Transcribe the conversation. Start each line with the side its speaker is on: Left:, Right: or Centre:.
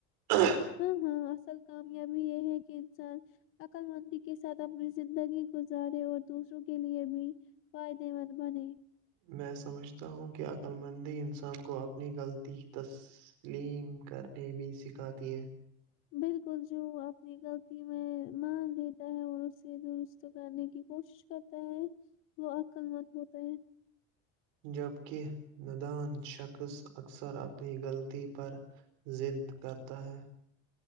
Right: <inaudible>
Left: ہاں ہاں اصل کامیابی یہ ہے کہ انسان عقل مندی کے ساتھ اپنی زندگی گزارے اور دوسروں کے لیے بھی فائدے مند بنے
Right: میں سمجھتا ہوں کہ عقلمندی انسان کو اپنی غلطی تسلیم کرنے بھی سکھاتی ہے
Left: بالکل جو اپنی غلطی میں مان لیتا ہے اور اسے درست کرنے کی کوشش کرتا ہے وہ عقل مند ہوتا ہے
Right: جبک ندان شخص اکثر اپنی غلطی پر د کرتا ہے <inaudible>